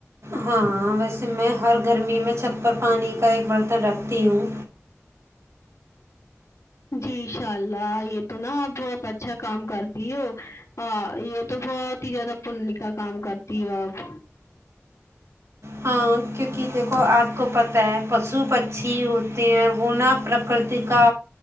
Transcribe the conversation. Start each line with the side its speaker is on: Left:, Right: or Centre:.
Right: ہاں ویسے میں ہر گرمی میں چھت پر پانی کا ایک برتن رکھتی ہوں
Left: جی ان شاء اللہ یہ تو نا آپ بہت اچھا کام کرتی ہو ہاں یہ تو بہت ہی زیادہ پنے کا کام کرتی ہو آپ
Right: ہاں کیونکہ دیکھو آپ کو پت ہے پشو پکچھی ہوتے ہیں وہ نہ پرکرتی تی کا